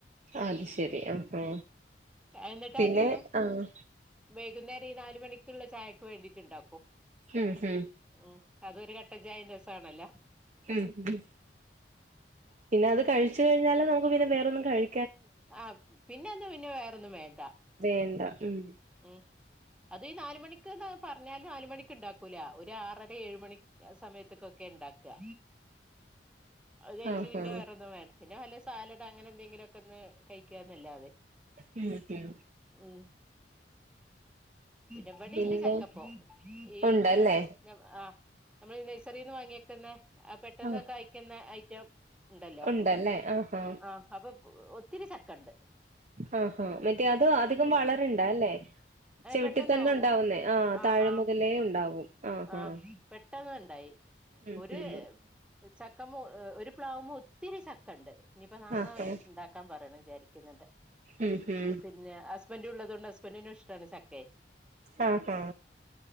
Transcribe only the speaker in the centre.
എന്നിട്ട്
അധികം
വൈകുന്നേര ഈ നാല് മണി ക്കുള്ള ചായക്ക് വേണ്ടിയിട്ടുണ്ടാക്കും
ഉം അതൊരു കട്ടൻചായേം രസ വാണല്ല
ആഹ് പിന്നെ ഒന്നും പിന്നെ വേറൊന്നും വേണ്ട
ഉം അത് ഈ നാല് മണിക്ക്ന്ന് പറഞ്ഞാല് നാലുമണിക്ക് ഉണ്ടാക്കൂല്ല. ഒരു ആറര ഏഴ് മണി സമയത്തേക്കൊക്കെ ഉണ്ടാക്കുക. അത് കഴിച്ച്
പിന്നെ വേറെ ഒന്നും വേ പിന്നെ വല്ല സാലഡ് അങ്ങനെ എന്തെങ്കിലും ഒക്കെ ഒന്ന് കഴിക്കാന്നല്ലാതെ
ഉം ഇവിടേണ്ട്
ചക്കപ്പോ ഈ
ദെ ആ നമ്മളീ നേഴ്സറീന്ന് വാങ്ങിവെക്കുന്നെ ആ പെട്ടെന്ന്
കായ്ക്കുന്നെ അയ് <unintelligible> ഉണ്ടല്ലോ
ആ അപ്പൊ ഒത്തിരി ചക്കണ്ട്
പെട്ടെന്ന്
ആകും
ആ
ആ
ആ പെട്ടെന്നുണ്ടായി
ഒരു
ചക്കമോ ഒരു പ്ലാവുമൊ ഒത്തിരി ചക്ക ഉണ്ട് ഇനിയിപ്പം നാളെ
ഇണ്ടാക്കാൻ പറയണം ശരി ക്കുണ്ട്
പിന്നെ ഹസ്ബൻഡ്‌ ഉള്ളതോണ്ട് ഹസ്ബൻഡിന് ഇ ഷ്ടാണ് ചക്കയേ